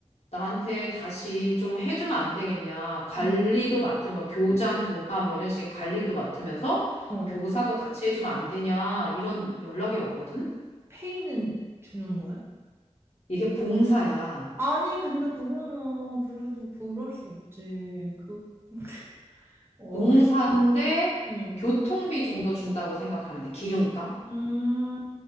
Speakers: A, on the left (about 65°); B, on the right (about 20°).
A: 나한테 다시 좀 해주면 안 되겠냐. 관리도
B: 응.
A: 맡으면 교장, 교감 뭐 이런 식의 관리도 맡으면서
B: 어, 어.
A: 교사도 같이 해주면 안 되냐. 이런 연락이 왔거든.
B: 페이는 주는 거야?
A: 이게 봉사야.
B: 아니, 근데 그거는 그래도 그럴 수 없지. 그, <laughs> 어,
A: 봉사인데
B: 응.
A: 교통비 정도 준다고 생각하면 돼. 기름값.
B: 음,